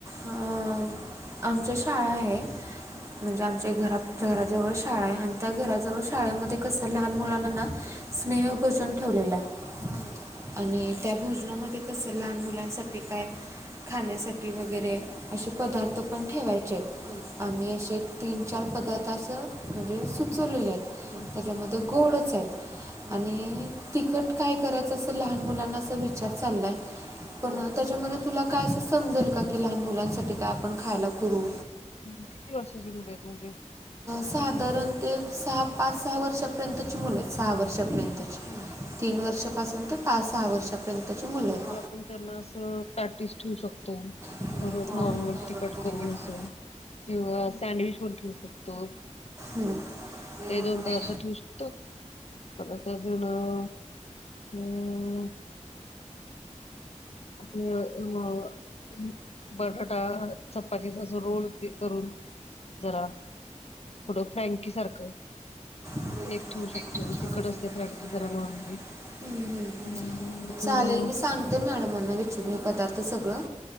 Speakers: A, on the right; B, on the left.
A: अ आमच्या शाळा आहे. म्हणजे आमच्या घरा घराजवळ शाळा आहे आणि त्या घराजवळ शाळेमध्ये कसं लहान मुलांना ना स्नेहल भोजन ठेवलेलं आहे आणि त्या भोजनामध्ये कसं लहान मुलांसाठी काय? खाण्यासाठी वगैरे असे पदार्थ पण ठेवायचे आम्ही असे, तीन चार पदार्थ असं म्हणजे सुचवलेले आहेत.
B: हम्
A: त्याच्यामध्ये गोडच आहेत आणि तिकट काय करायचं असं लहान मुलांना अस विचार चाललाय. पण त्याच्यामध्ये तुला काय असं समजेल का? की लहान मुलांसाठी काय आपण खायला करू
B: किती वर्षाचे मुलं आहेत तुमचे?
A: साधारण ते सहा पाच सहा वर्षापर्यंतची मुलं आहेत सहा वर्षापर्यंतची. तीन वर्षापासून ते पाच सहा वर्षापर्यंतची मुलं हो
B: आपण त्यांना <unintelligible> ठेवू शकतो.
A: किंवा
B: जरूर नॉर्मल
A: फुकट
B: तिखट
A: देऊ
B: करून
A: शकतो.
B: अस किंवा सँडविच पण ठेवू शकतो
A: हम्म. ते पण
B: ते दोन
A: आपण देऊ
B: पदार्थ ठेवू शकतो. परत अजून हम्म. अ ह <unintelligible> <inaudible> बटाटा चपातीचा अस रोल करून जरा कुठं फ्रँकी सारखं
A: ब्रेक
B: एक ठेवू शकतो तिकड असते
A: ती गरज
B: फ्रँकी
A: आहे त्यांची
B: जरा
A: नाही
B: नॉर्मली
A: हम्म हम्म
B: हम्म अजून
A: चालेल मी सांगते मॅडमांना विचरून पदार्थ सगळं